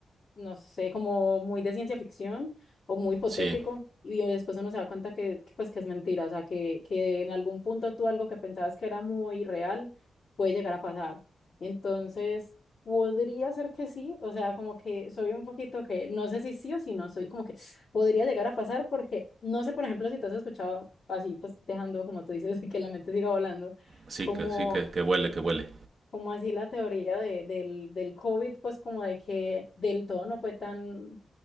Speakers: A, on the left; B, on the right.
A: no sé, como muy de ciencia ficción o muy hipotético.
B: Sí,
A: Y después uno se da cuenta que, que, pues, que es mentira, o sea, que, que en algún punto tú algo que pensabas que era muy real puede llegar a pasar. Entonces, podría ser que sí, o sea, como que soy un poquito que, no sé si sí o si no, soy como que <sniffs> podría llegar a pasar porque, no sé, por ejemplo, si te has escuchado así, pues dejando, como tú dices, <laughs> que la mente siga volando,
B: sí,
A: como
B: que, sí que, que huele, que huele.
A: como así la teoría de, del, del COVID, pues como de que del todo no fue tan,